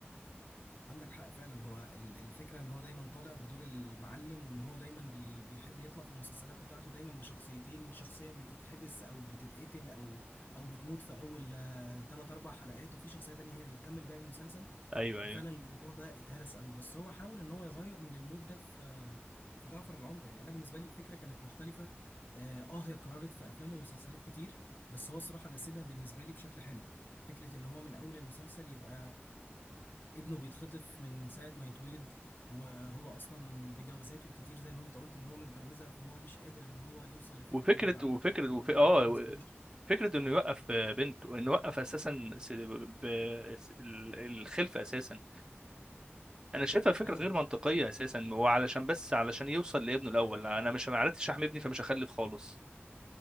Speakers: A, on the left (about 50°); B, on the right (about 20°).
A: عندك حق فعلا هو ال- الفكرة ان هو دايما طالع بدور المعلم وان هو دايما بي بيحب يطلع في المسلسلات بتاعته دايما بشخصيتين شخصية بتتحبس او بتتقتل او او بتموت في اول آه، تلات اربع حلقات وفي شخصية تانية هي اللي بتكمل باقي المسلسل
B: ايوه
A: ففعلا
B: ايوه
A: الموضوع ده اتهرس قوي بس هو حاول ان هو يغير من المود ده في آه، في جعفر العمدة يعني انا بالنسبة لي الفكرة كانت مختلفة اه آه، هي اتكررت في افلام ومسلسلات كتير بس هو الصراحة جسدها بالنسبة لي بشكل حلو فكرة ان هو من اول المسلسل يبقى ابنه بيتخطف من ساعة ما يتولد وهو أصلا بجوازاته الكتير زي ما أنت قلت اللي هو متجوزها فهو مش قادر إن هو يوصل لفكرة
B: وفكره
A: إن يبقى عنده
B: وفكره
A: حاجة
B: وف...
A: وربنا
B: اه
A: ما
B: و-
A: رزقوش
B: فكره انه يوقف بنته انه يوقف اساسا س... ب... س... ال- الخلفه اساسا انا شايفها فكره
A: أيوه
B: غير منطقيه اساسا وعلشان بس علشان يوصل لابنه الاول انا مش ما عرفتش احمي ابني فمش هخلف خالص